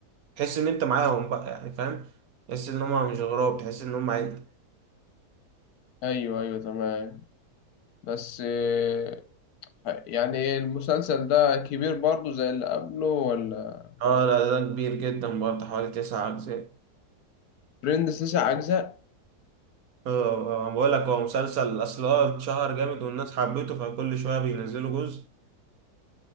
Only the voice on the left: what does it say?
أيوه أيوه تمام بس آه، يعني المسلسل ده كبير برضه زي اللي قبله ولا
فريندز تسع أجزاء